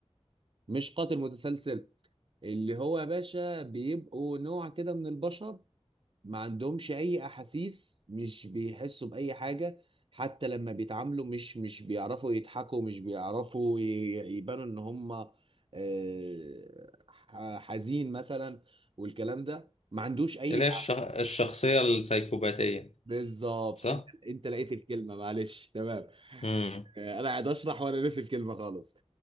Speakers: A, on the right; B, on the left.
A: مش قاتل متسلسل اللي هو يا باشا بيبقوا نوع كده من البشر ما عندهمش اي احاسيس مش بيحسوا باي حاجه حتى لما بيتعاملوا مش مش بيعرفوا يضحكوا مش بيعرفوا ي- يبانوا ان هم آه، ح- حزين مثلا والكلام ده ما عندوش اي
B: اللي
A: تعب
B: هي الشخ... الشخصية السايكوباتية
A: بالظبط
B: صح
A: انت انت لقيت الكلمه معلش تمام
B: ايوه
A: آه، انا قاعد اشرح وانا ناسي الكلمه خالص